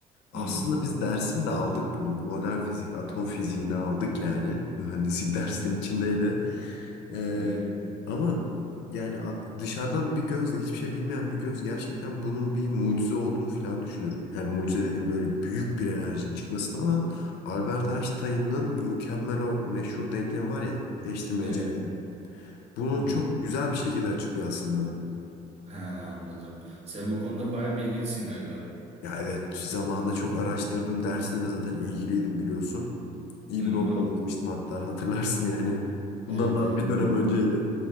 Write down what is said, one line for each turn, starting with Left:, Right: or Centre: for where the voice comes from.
Right: Hmm,
Left: Aslında biz dersini de aldık bunun. Modern fizik, atom fiziğini aldık yani. Mühendislik <laughs> dersinin içindeydi. Ee,
Right: evet.
Left: ama yani a- dışarıdan bir gözle, hiçbir şey bilmeyen bir göz gerçekten bunun bir mucize olduğunu falan düşünür. Yani mucize dediğim böyle büyük bir enerjinin çıkmasını ama Albert Einstein'ın mükemmel o meşhur denklemi var ya, eşleştirmeyecek.
Right: Evet.
Left: Bunu
Right: Hı hı.
Left: çok güzel bir şekilde açıklıyor aslında.
Right: He, anladım. Sen bu konuda bayağı bilgilisin galiba.
Left: Ya evet zamanında çok araştırdım. Dersine de zaten ilgiliydim biliyorsun. İyi
Right: Hmm,
Left: bir notla
Right: anladım.
Left: geçmiştim hatta hatırlarsın yani. Bundan
Right: Evet
Left: daha
Right: evet.
Left: bir
Right: evet.
Left: dönem önceydi.